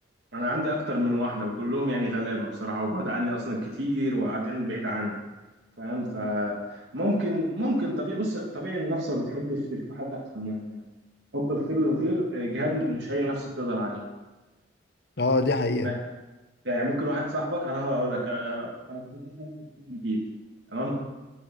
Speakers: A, on the right (about 65°); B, on the left (about 55°).
A: انا عندي اكتر من واحده وكلهم يعني غلابه بصراحه وبعد عني اصلا كتير وقاعدين بعيد عني فاهم فممكن ممكن طبيعي بص طبيعي النفس ما بتحبش تشوف حد احسن منها يعني حب الخير للغير آه، جهاد مش اي نفس تقدر عليه
B: اه دي حقيقة
A: فاهم؟ يعني ممكن واحد صاحبك انا هقول لك انا أنا كنت لسه شاري في تيم جديد تمام